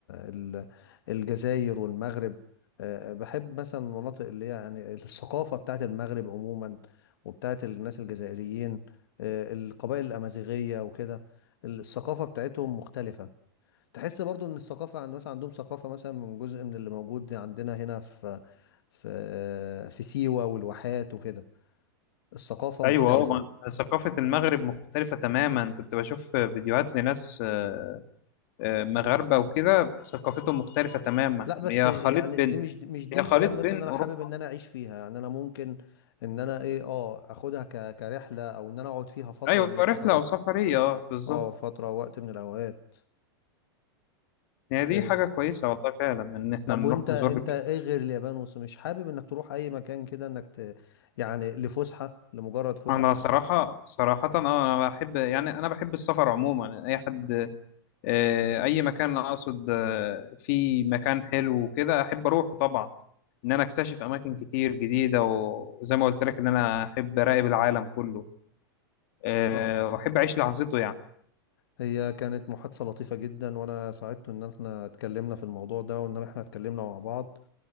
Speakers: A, on the left; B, on the left.
A: ال- الجزائر والمغرب آه، آه، بحب مثلا المناطق اللي هي يعني الثقافة بتاعت المغرب عموما وبتاعت الناس الجزائريين آه، القبائل الأمازيغية وكده الثقافة بتاعتهم مختلفة تحس برضو ان الثقافة عن مثلا عندهم ثقافة مثلا من جزء من اللي موجود عندنا هنا في في في سيوة والواحات وكده الثقافة
B: ايوه
A: مختلفة
B: اه ما- ثقافة المغرب مختلفة تماما كنت بشوف فيديوهات لناس آه، آه، مغاربة وكده ثقافتهم مختلفة تماما
A: لا بس
B: هي
A: يعني
B: خليط بين
A: دي مش مش دي
B: هي
A: البلاد
B: خليط بين
A: مثلا إن انا
B: اوروبا
A: حابب ان انا اعيش فيها يعني انا ممكن ان انا ايه اه اخدها ك... كرحله او ان انا اقعد فيها فتره
B: ايوه
A: من الفترات
B: رحلة او سفرية اه بالظبط
A: اه فتره وقت من الاوقات
B: هي دي
A: إيه.
B: حاجة كويسة والله فعلا ان احنا
A: طب
B: نروح
A: وانت
B: نزور
A: انت ايه غير اليابان وص مش حابب انك تروح اي مكان كده انك ت... يعني لفسحه لمجرد فسحه
B: انا صراحه صراحه اه انا بحب يعني انا بحب السفر عموما اي حد آه، اي مكان اقصد آه، في مكان حلو وكده احب اروحه طبعا ان انا اكتشف اماكن كتير جديده وزي ما قلت لك ان انا احب اراقب العالم كله آه،
A: اه
B: واحب اعيش لحظته يعني
A: هي كانت محادثه لطيفه جدا وانا سعدت ان احنا اتكلمنا في الموضوع ده وان احنا اتكلمنا مع بعض